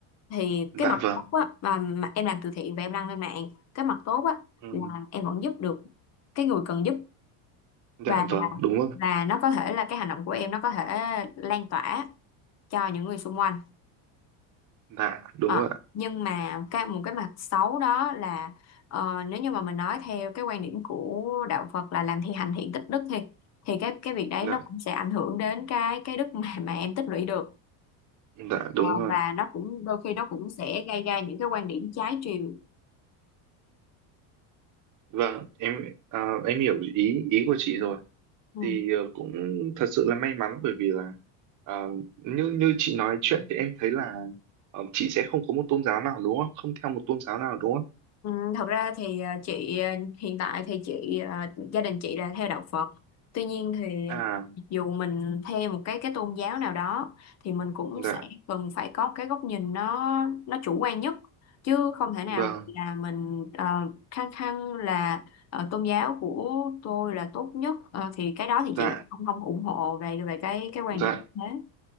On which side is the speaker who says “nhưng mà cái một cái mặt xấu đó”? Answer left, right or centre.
Left